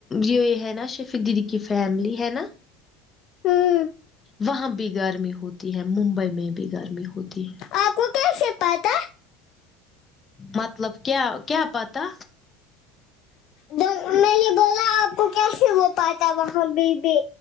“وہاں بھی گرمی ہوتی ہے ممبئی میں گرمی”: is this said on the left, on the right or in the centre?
Left